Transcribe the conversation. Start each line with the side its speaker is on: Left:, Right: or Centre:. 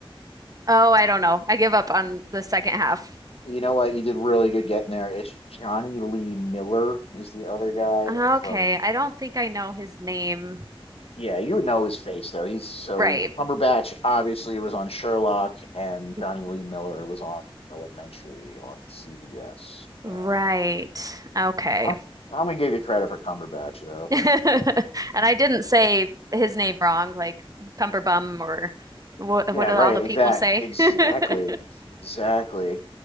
Right: Oh, I don't know. I give up on the second half.
Left: You know what? You did really good getting there. It's Johnny Lee Miller is the other guy
Right: Okay,
Left: from.
Right: I don't think I know his name.
Left: Yeah, you would know his face though. He's so
Right: Right.
Left: Cumberbatch obviously was on Sherlock, and Johnny
Right: Mhm.
Left: Lee Miller was on Elementary on CBS apparently.
Right: Right. Okay.
Left: Oh, I'm gonna give you credit for Cumberbatch though.
Right: <laughs> And I didn't say his name wrong, like Cumberbum or what,
Left: Yeah,
Right: what do
Left: right.
Right: all the
Left: Exact.
Right: people say?
Left: Exactly.
Right: <laughs>
Left: Exactly.